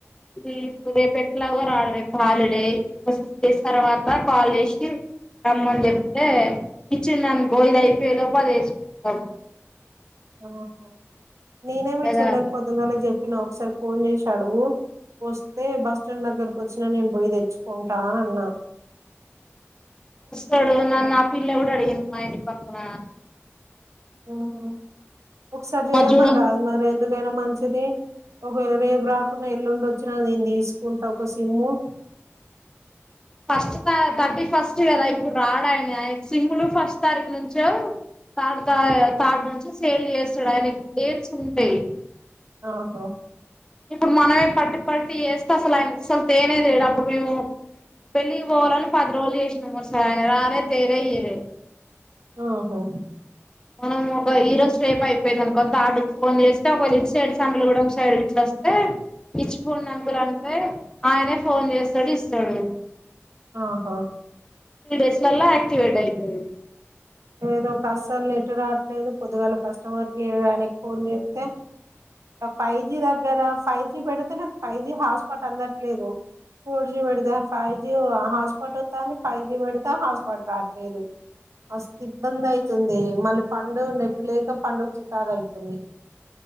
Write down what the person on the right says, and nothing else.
ఆహ నేనే మీ
చెల్లెకి పొద్దుగాల చెప్పినా ఒకసారి ఫోన్ చేశాడు వస్తే బస్ స్టాండ్ దగ్గరకు వచ్చినా నేను బొయ్యి తెచ్చుకుంటా అన్నా
ఆఓహ ఒకసారి చేయమండ
అది మరి ఎందుకు ఎకైనా మంచిది ఒకవేళ రేపు రాకుండా ఎల్లుండి వచ్చిన నేను తీసుకుంటా ఒక సిమ్ము
ఆహా
ఆఓహో
ఆహా
దో ఒక అస్సలు నెట్ రావట్లేదు పొద్దుగాల కస్టమర్ కేర్డానికి ఫోన్ చేస్తే ఫైవ్ జి దగ్గర ఫైవ్ జి పెడితే నాకు ఫైవ్ జి హాట్స్పాట్ అందట్లేదు ఫోర్ జి పెడితే ఫైవ్ జీ హాట్స్పాట్ వత్తండి ఫైవ్ జి పెడితే హాట్స్పాట్ రావట్లేదు మస్తు ఇబ్బంది యి తుంది మళ్ళీ పని లేనట్టు లేక పని చికాగు అవుతుంది